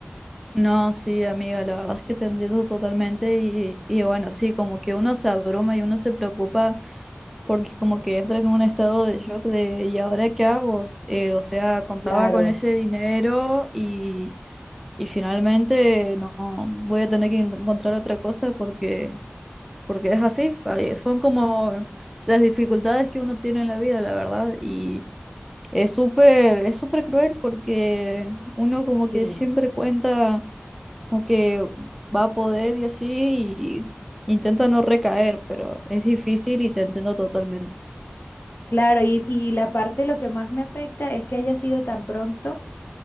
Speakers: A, in the centre; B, on the left (about 60°).
A: No, sí, amiga, la verdad es que te entiendo totalmente y, y bueno, sí, como que uno se abruma y uno se preocupa porque como que entra en un estado de shock de ¿y ahora qué hago? Eh, o sea, contaba
B: Claro,
A: con ese dinero y, y finalmente no voy a tener que en- encontrar otra cosa porque, porque es así, ay, son como las dificultades que uno tiene en la vida, la verdad, y es súper, es súper cruel porque uno como
B: sí.
A: que siempre cuenta como que va a poder y así, y intenta no recaer, pero es difícil y te entiendo totalmente.
B: Claro, y, y la parte lo que más me afecta es que haya sido tan pronto